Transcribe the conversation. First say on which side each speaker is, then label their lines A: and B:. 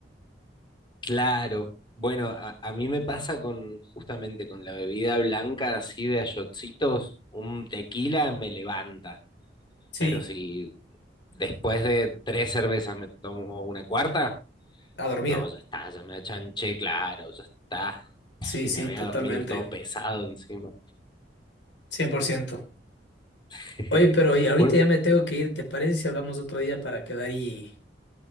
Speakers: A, on the left; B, on the left.
A: Claro, bueno, a, a mí me pasa con justamente con la bebida blanca así de a shotsitos, un tequila me levanta,
B: Sí,
A: pero si después de tres cervezas me tomo una cuarta,
B: a dormir.
A: no, ya está, ya me achanché, claro, ya está,
B: Sí,
A: y
B: sí,
A: me voy a
B: totalmente.
A: dormir todo pesado encima.
B: cien por ciento
A: <laughs>
B: Oye, pero y ahorita
A: Bueno,
B: ya me tengo que ir. ¿Te parece si hablamos otro día para quedar y,